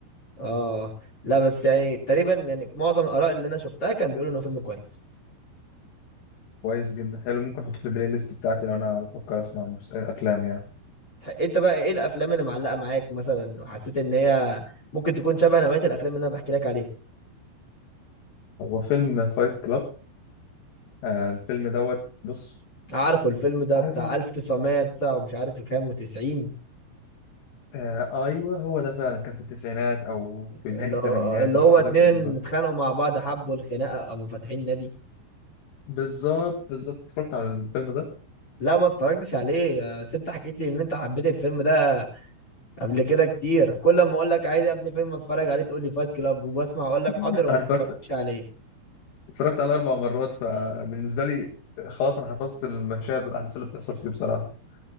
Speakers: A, on the left; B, on the left.
A: اه لا بس يعني تقريبا يعني معظم الاراء اللي انا شفتها كان بيقولوا انه فيلم كويس
B: كويس جدا حلو ممكن احطه في البلاي ليست بتاعتي لو انا بفكر اسمع مس- آه، افلام يعني
A: تح- انت بقى ايه الافلام اللي معلقه معاك مثلا وحسيت ان هي ممكن تكون شبه نوعيه الافلام اللي انا بحكي لك عليها
B: هو فيلم فايت كلاب آه، الفيلم دوت بص
A: عارفه الفيلم ده
B: عارف
A: بتاع
B: انت
A: 1909 ومش عارف كام و90
B: آه ايوه هو ده فعلا كان في التسعينات او
A: اللي
B: في نهايه الثمانينات
A: هو اللي
B: مش
A: هو
B: متذكر
A: اتنين
B: بالظبط
A: اتخانقوا مع بعض حبوا الخناقه قاموا فاتحين نادي
B: بالظبط بالظبط اتفرجت على الفيلم ده
A: لا ما اتفرجتش عليه بس انت حكيت لي ان انت حبيت الفيلم ده قبل كده كتير كل ما اقول لك عايز يا ابني فيلم اتفرج عليه تقول لي فايت كلاب وبسمع اقول لك حاضر
B: انا
A: وما
B: اتفرجت
A: بتفرجش عليه
B: اتفرجت عليه اربع مرات فبالنسبه لي خلاص انا حفظت المشاهد والاحداث اللي بتحصل فيه بصراحه